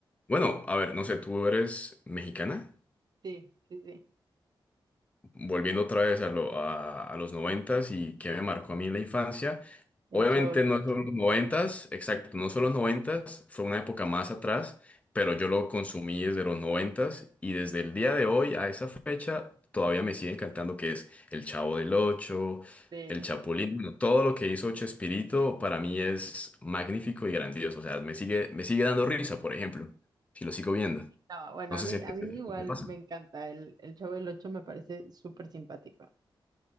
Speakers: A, on the left; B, on the right.
A: bueno, a ver, no sé, ¿tú eres mexicana?
B: Sí, sí, sí.
A: volviendo otra vez a, lo- a, a los noventas y que me marcó a mí en la infancia,
B: El
A: obviamente
B: Chavo del
A: no
B: Ocho.
A: son los noventas, exacto, no son los noventas, fue una época más atrás, pero yo lo consumí desde los noventas y desde el día de hoy a esa fecha todavía me sigue encantando que es El Chavo del Ocho,
B: Sí.
A: El Chapulín, bueno, todo lo que hizo Chespirito para mí es magnífico y grandioso, o sea, me sigue, me sigue dando risa, por ejemplo, si lo sigo viendo.
B: No, bueno,
A: No
B: a
A: sé
B: mí,
A: si te,
B: a mí igual
A: te pasa.
B: me encanta. El, el Chavo del Ocho me parece súper simpático.